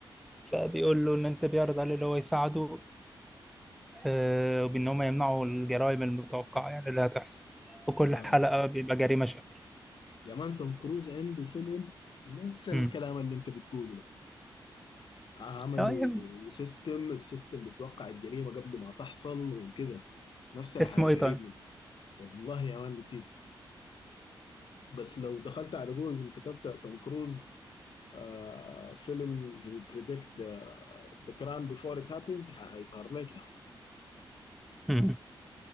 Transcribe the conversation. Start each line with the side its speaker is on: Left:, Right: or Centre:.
Centre: فبيقول له ان انت بيعرض عليه اللي هو يساعده آه، وبان هم يمنعوا الجرائم المتوقعه يعني اللي هتحصل وكل
Left: آه
Centre: حلقه بيبقى جريمه شكل
Left: يا مان توم كروز عنده فيلم نفس الكلام
Centre: امم
Left: اللي انت بتقوله ده عملوا
Centre: آه، يعني
Left: سيستم السيستم بتوقع الجريمة قبل ما تحصل وكده نفس الحاجة
Centre: اسمه ايه طيب؟
Left: قريب منه والله يا مان نسيت بس لو دخلت على جوجل كتبت توم كروز آه فيلم هي بريدكت ذا كرايم بيفور ات هابنز هيظهر لك يا
Centre: امم